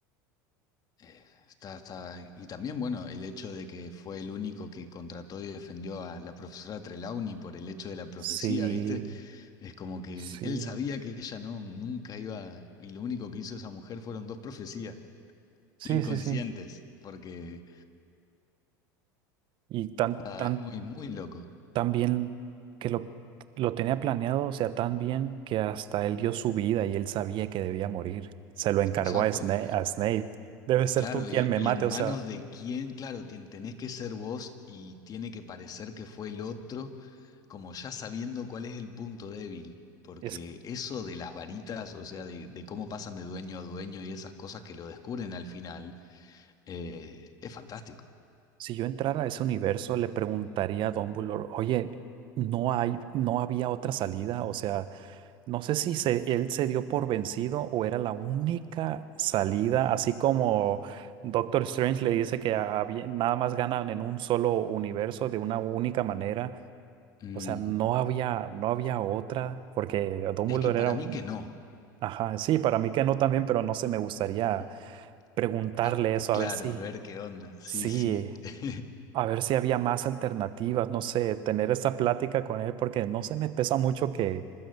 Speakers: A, on the left; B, on the right.
A: Eh, Está, está- Y también, bueno, el hecho de que fue el único que contrató y defendió a la profesora Trelawney por el hecho de la profecía,
B: Sí,
A: ¿viste? Es como que
B: sí,
A: él sabía que ella no, nunca iba, y lo único que hizo esa mujer fueron dos profecías
B: sí,
A: inconscientes,
B: sí, sí.
A: porque
B: Y tan,
A: nada,
B: tan,
A: es muy, muy loco.
B: tan bien que lo, lo tenía planeado, o sea, tan bien que hasta él dio su vida y él sabía que debía morir. Se lo encargó
A: Exacto.
B: a Snape, a Snape. Debe ser
A: Claro,
B: tú quien
A: y,
B: me
A: y
B: mate.
A: en
B: O
A: manos
B: sea,
A: de quién, claro, tien- tenés que ser vos y tiene que parecer que fue el otro, como ya sabiendo cuál es el punto débil, porque
B: es,
A: eso de las varitas, o sea, de, de cómo pasan de dueño a dueño y esas cosas que lo descubren al final, eh, es fantástico.
B: si yo entrara a ese universo, le preguntaría a Dumbledore, oye, no hay, no había otra salida, o sea. No sé si se- él se dio por vencido o era la única salida, así como Doctor Strange le dice que había- nada más ganan en un solo universo de una única manera.
A: Mm,
B: O sea, no había, no había otra, porque Dumbledore
A: es que para
B: era, un-
A: mí que no.
B: ajá, sí, para mí que no también, pero no sé, me gustaría
A: <clears throat>
B: preguntarle
A: Ah,
B: eso,
A: claro,
B: a ver si,
A: a ver qué onda. Sí,
B: sí,
A: sí. <laughs>
B: a ver si había más alternativas, no sé, tener esa plática con él, porque no se me pesa mucho que,